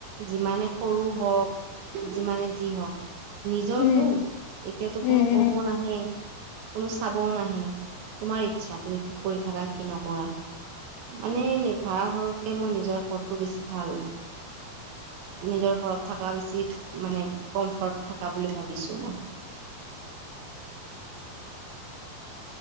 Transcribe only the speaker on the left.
উম
উম
উম